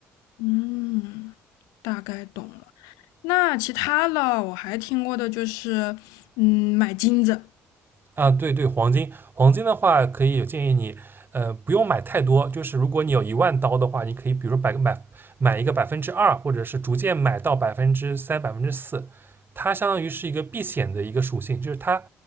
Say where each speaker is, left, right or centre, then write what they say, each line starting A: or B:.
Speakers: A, on the left; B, on the right.
A: 嗯，大概懂了。那其他的我还听过的就是，嗯，买金子。
B: 啊。对对，黄金，黄金的话可以有建议你，呃，不用买太多，就是如果你有一万刀的话，你可以比如说百个买买一个百分之二，或者是逐渐买到百分之三、百分之四，它相当于是一个避险的一个属性，就是它